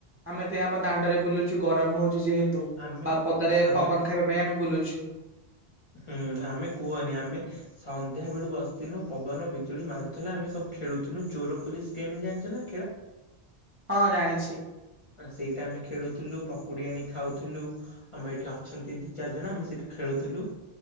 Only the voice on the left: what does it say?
ଆମେ
ଆମେ
ହୁଁ ଆମେ କୁହନି ଆମେ ସନ୍ଧ୍ୟା ବେଳୁ ବସିିଥିଲୁ ପବନ, ବିଜୁଳି ମାରୁଥିଲା ଆମେ ସବୁ ଖେଳୁଥିଲୁ ଚୋର ପୋଲିସ୍ ଗେମ୍ ଜାଣିଛ ନା?
ଆ ସେଇଟା ଆମେ ଖେଳୁଥିଲୁ ପକୁଡି ଆଣି ଖାଉଥିଲୁ। ଆମେ ଏଇଠି ଅଛନ୍ତି ଦି ଚାରି ଜଣ ଆମେ ସେଠି ଖେଳୁଥିଲୁ।